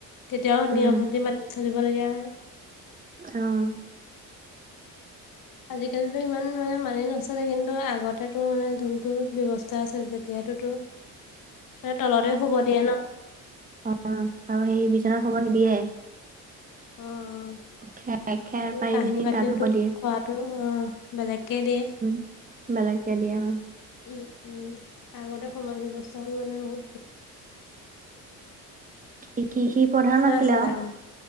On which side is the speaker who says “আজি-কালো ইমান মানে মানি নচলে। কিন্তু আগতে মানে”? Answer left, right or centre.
Left